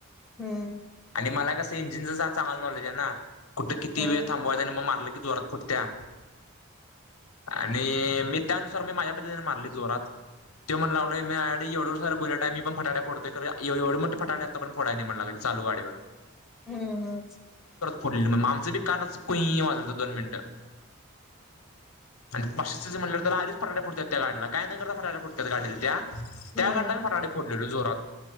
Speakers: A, in the centre; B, on the left.
A: हम्म
B: आणि मला कसं इंजिनचं चांगल नॉलेज आहे ना कुठे किती
A: हा
B: वेळ थांबवायचा आणि मग मारलं क जरत पुटत्या आणि मी त्यानुसार मी माझ्या पतीने मारली जोरात ते म्हण लागलो मी एवढ सर बोल्या टा मी पण फा्या फो एवढ मोे फटा्या आता पणोाय नाही म्हण लागे चालू गाडीवर
A: हम हम
B: फड आमचं बी कानाच कुई वाजवयचं दोन मिनिटं आणि पाश्ितीच म्हटलं तर आधीच फटाट फडत त्या गाडला काय न करत फटाट फुडत गाडी त्या
A: हम्म
B: गाडीला मी फटाडे फोडलेलो जोरात